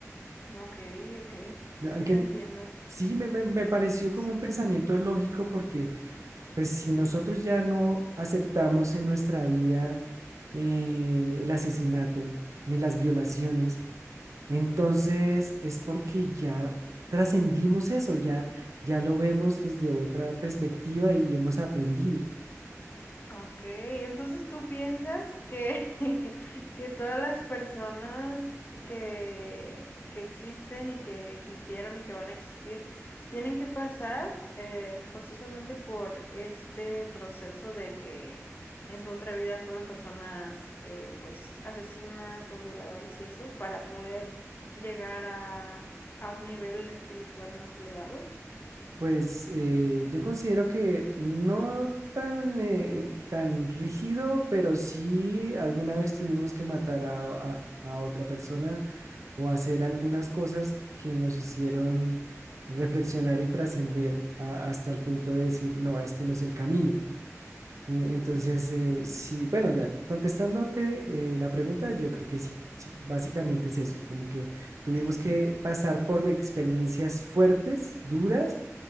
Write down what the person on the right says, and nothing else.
Aunque
sí me, me- me pareció como
un pensamiento lógico porque pues si nosotros ya no aceptamos en nuestra vida eh, el asesinato ni las violaciones, entonces es porque ya trascendimos eso, ya, ya lo vemos desde otra perspectiva y hemos aprendido.
Pues eh, yo considero que no tan, eh, tan rígido, pero sí alguna vez tuvimos que matar a, a- a otra persona o hacer algunas cosas que nos hicieron reflexionar y trascender a- hasta el punto de decir, no, este no es el camino. En-
Entonces, eh, sí, bueno, de al- contestándote eh, la pregunta, yo creo que sí, sí, básicamente es eso, como que tuvimos
que pasar por experiencias fuertes, duras